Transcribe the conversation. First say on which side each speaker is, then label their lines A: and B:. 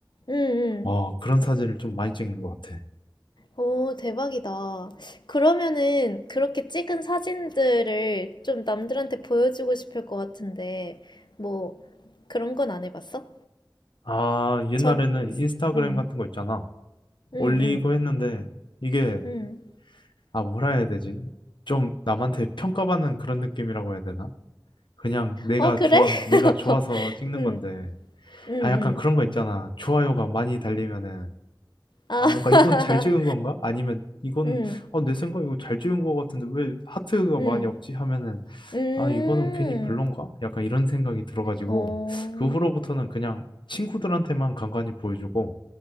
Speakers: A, on the left; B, on the left.
A: 응, 응.
B: 와, 그런 사진을 좀 많이 찍는 것 같아.
A: 오, 대박이다. 그러면은 그렇게 찍은 사진들을 좀 남들한테 보여주고 싶을 것 같은데, 뭐, 그런 건 안 해봤어?
B: 아, 옛날에는
A: 전,
B: 인스타그램
A: 응,
B: 같은 거 있잖아.
A: 응,
B: 올리고
A: 응,
B: 했는데, 이게,
A: 응.
B: 아, 뭐라 해야 되지? 좀 남한테 평가받는 그런 느낌이라고 해야 되나? 그냥 내가
A: 어, 그래?
B: 좋아,
A: <laughs>
B: 내가 좋아서 찍는
A: 응,
B: 건데,
A: 응, 응.
B: 아, 약간 그런 거 있잖아. 좋아요가 많이 달리면은,
A: 아,
B: 아,
A: <laughs>
B: 뭔가 이건 잘 찍은 건가? 아니면 이건,
A: 응,
B: 어, 내 생각 이거 잘 찍은 것 같은데 왜 하트가
A: 응,
B: 많이 없지? 하면은,
A: 음.
B: 아, 이거는 괜히 별론가? 약간 이런 생각이 들어가지고,
A: 어,
B: 그 후로부터는 그냥 친구들한테만 간간히 보여주고,